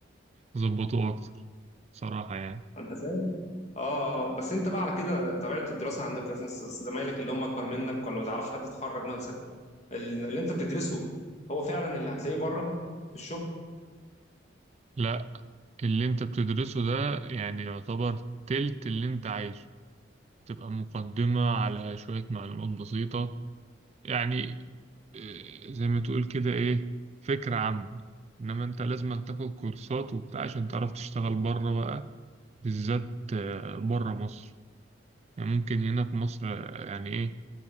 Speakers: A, on the right (about 35°); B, on the left (about 35°).
A: ويظبطوه أكتر صراحة يعني
B: انت فاهم اه آه. بس انت بقى على كده طبيعه الدراسه عندك مثلا زمايلك اللي هم اكبر منك ولا ما تعرفش حد اتخرج مثلا ال- اللي انت بتدرسه هو فعلا اللي هتلاقيه بره في الشغل
A: لا اللي انت بتدرسه ده يعني يعتبر تلت اللي انت عايزه بتبقى مقدمة على شوية معلومات بسيطة يعني اه، زي ما تقول كده ايه فكرة عامة انما انت لازم تاخد كورسات وبتاع عشان تعرف تشتغل بره بقى بالذات آه، بره مصر يعني ممكن هنا في مصر آه، يعني ايه